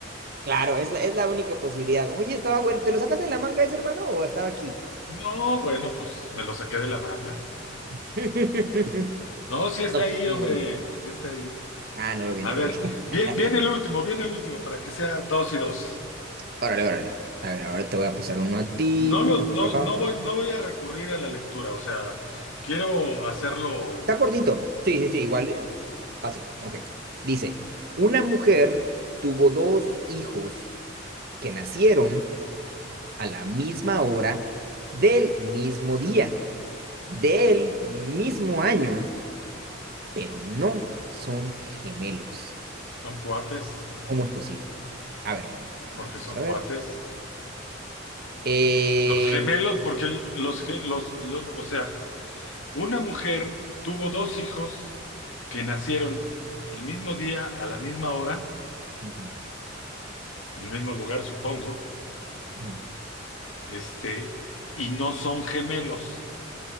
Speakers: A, on the right (about 50°); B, on the left (about 85°).
A: Claro, es la, es la única posibilidad. Oye, estaba bueno. ¿Te lo sacaste de la manga ese hermano o estaba aquí?
B: No, bueno, pues me lo saqué de la manga.
A: <laughs>
B: No, sí está
A: No, pero
B: ahí,
A: estuvo
B: hombre,
A: bueno.
B: sí está ahí.
A: Ah, no lo vi,
B: A
A: no
B: ver,
A: lo vi.
B: bien,
A: <laughs>
B: bien el último, bien el último, para que sea dos y dos.
A: Órale, órale. A ver, ahora te voy a pasar uno a ti.
B: No los,
A: Pa, pa, pa,
B: no,
A: pa, pam.
B: no voy, no voy a recurrir a la lectura, o sea, quiero hacerlo.
A: Está cortito. Sí, sí, sí, igual.
B: eh,
A: eh, Fácil. Ok. Dice, una mujer tuvo dos hijos que nacieron a la misma hora, del mismo día, del mismo año, pero no son gemelos.
B: son cuates,
A: ¿Cómo es posible? A ver, bueno, déjame,
B: porque
A: vamos
B: son
A: a ver.
B: cuates.
A: Eh,
B: Los gemelos, porque los, ge- los, los, o sea. Una mujer tuvo dos hijos que nacieron el mismo día, a la misma hora,
A: ujú,
B: en el mismo lugar, supongo,
A: ujú.
B: este, y no son gemelos.